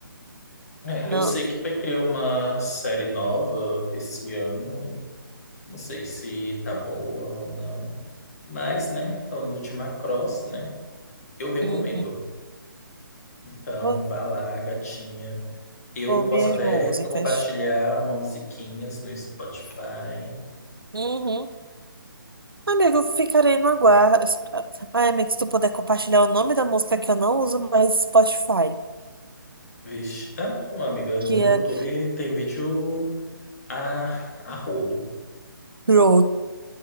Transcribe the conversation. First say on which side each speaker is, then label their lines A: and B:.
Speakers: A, on the left; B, on the right.
A: É,
B: Não.
A: eu sei que vai ter uma série nova esse ano. Não sei se tá boa ou não. Mas, né, falando de Macross, né, eu recomendo.
B: Uhum.
A: Então,
B: Vou,
A: vá lá, gatinha. Eu
B: vou
A: posso
B: ver
A: até
B: as músicas.
A: compartilhar uma musiquinhas no Spotify.
B: Uhum. Amigo, ficarei no aguardo. Ai, amigo, se tu puder compartilhar o nome da música que eu não uso mais Spotify,
A: Vixe. Ah, não, amiga.
B: que
A: No YouTube
B: é
A: tem vídeo a, a rodo.
B: Road.